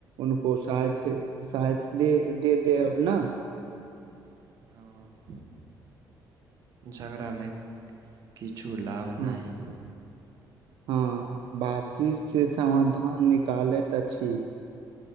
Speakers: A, on the right (about 80°); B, on the right (about 50°).
A: उनको साथ साथ दे देब ने।
B: हँ झगड़ामे किछु लाभ
A: हँ
B: नहि
A: हँ बातचीत से समाधान निकालैत अछि।